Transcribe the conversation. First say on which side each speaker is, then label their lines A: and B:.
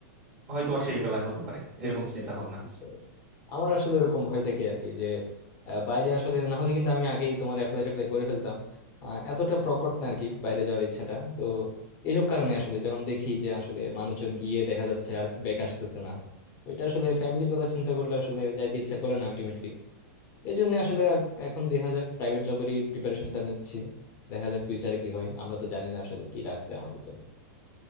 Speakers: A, on the right (about 25°); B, on the left (about 25°).
A: হয়তো বা শেষ বেলায় হতে পারে এরকম
B: বুঝতে
A: চিন্তা
B: পারছি
A: ভাবনা
B: বুঝতে পারছি। আমার আসলে এরকম ভয় থেকে আর কি যে আহ, বাইরে আসলে না হলে কিন্তু আমি আগেই তোমার অ্যাপ্লাই ট্যাপ্লাই করে ফেলতাম আহ, এতটা প্রকট না আর কি বাইরে যাওয়ার ইচ্ছাটা তো এইসব কারণে আসলে যেমন দেখি যে আসলে মানুষজন গিয়ে দেখা যাচ্ছে আর ব্যাক আসতেছে না তো এটা আসলে ফ্যামিলির কথা চিন্তা করলে আসলে যাইতে ইচ্ছা করে না আলটিমেটলি এই জন্য আসলে আর এখন দেখা যাক প্রাইভেট জবেরই প্রিপারেশনটা নিচ্ছি দেখা যাক ফিউচারে কি হয় আমরা তো জানি না আসলে কি রাখছে আমাদের জন্য